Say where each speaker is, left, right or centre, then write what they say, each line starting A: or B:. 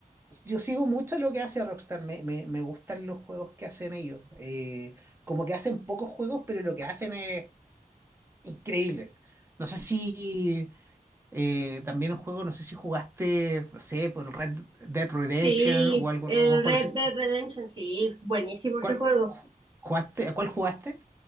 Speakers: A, on the right (about 15°); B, on the right (about 35°).
A: yo sigo mucho lo que hace Rockstar. Me, me, me gustan los juegos que hacen ellos. Eh, como que hacen pocos juegos, pero lo que hacen es increíble. No sé si eh, también un juego, no sé si jugaste, no sé, por el Red Dead Redemption
B: Sí,
A: o algo,
B: el
A: algo por
B: Red
A: así.
B: Dead Redemption, sí, buenísimo
A: ¿Cuál,
B: ese juego.
A: ju- jugaste, ¿a cuál jugaste?